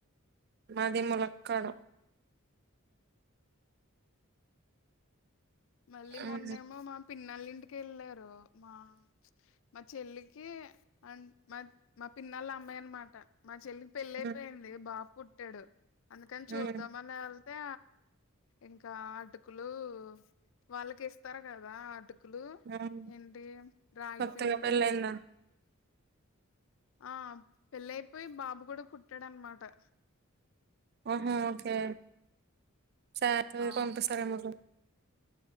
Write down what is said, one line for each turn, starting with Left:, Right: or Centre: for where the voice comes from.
Right: మది ములక్కడ
Left: మళ్ళీ
Right: ఉమ్
Left: మొన్నేమో మా పిన్నల్ళ ఇంటికి ఎళ్ళారూ మా మా చెల్లికీ అన్ మా మా పిన్నళ్ళ అమ్మాయి అన్మాట మా చెల్లికి పెళ్ళి
Right: ఉమ్
Left: అయిపోయింది బాబ్ పుట్టాడు అందుకని చూద్దామనెల్
Right: ఉమ్
Left: తే ఇంకా ఆటుకూలూ వాళ్ళకి ఇస్తారు గదా ఆటుక్ కులూ
Right: ఉమ్.
Left: ఏంటి రాగిపిండి.
Right: కొత్తగా పెళ్ళయిందా
Left: ఆ పెళ్ళైపోయి బాబు కూడా పుట్టాడ్ అన్మాటా
Right: ఓహా ఓకే సాట్
Left: ఆ
Right: రెకొంట సగములు